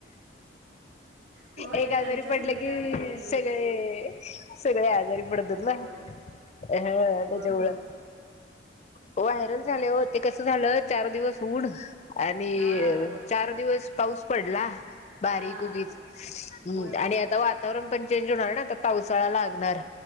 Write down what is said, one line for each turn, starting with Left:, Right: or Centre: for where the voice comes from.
Right: हो एकट्यांच
Left: एक आजारी
Right: हे
Left: पडलं
Right: झाल्यावर
Left: की
Right: ते हे
Left: सगळे
Right: होते
Left: सगळे आज. आजारी
Right: येत
Left: पडतात
Right: होय
Left: ना. ह
Right: होय
Left: त्याच्यामुळं
Right: होय
Left: व्हायरल झाले हो ते कस. झालं चार दिवस ऊन आणि
Right: हा होय
Left: चार दिवस पाऊस पडला बारीक
Right: हां,
Left: उगी्
Right: होय. होय,
Left: आणि
Right: होय.
Left: आता वातावरण पण चेंज होणार ना आ पावसाळा लागणार